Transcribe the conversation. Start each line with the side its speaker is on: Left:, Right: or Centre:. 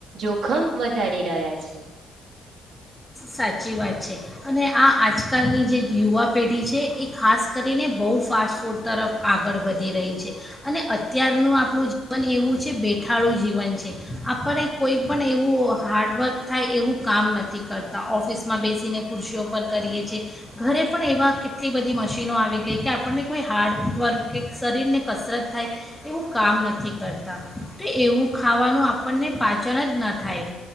Right: જોખમ વધારી રહ્યા છે
Centre: સાચી વાત છે અને આ આજકાલની જે યુવા પેઢી છે એ ખાસ કરીને બહુ ફાસ્ટ ફૂડ તરફ આગળ વધી રહી છે અને અત્યારનું આપણું જીવન એવું છે બેઠાળું જીવન છે આપણને કોઈ પણણ એવું હાર્ડવર્ક થાય એવું કામ નથી કરતું ઓફિસમાં બેસીને ખુરશીઓ પર કરીએ છીએ ઘરે પણ એવા કેટલી બધી મશીનો આવી ગઈ કે આપણને કોઈ હાર્ડવર્ક કે શરીરને કસરત થાય એવું કામ નથી કરતા તો એવું ખાવાનું આપણને પાચન જ ન થાય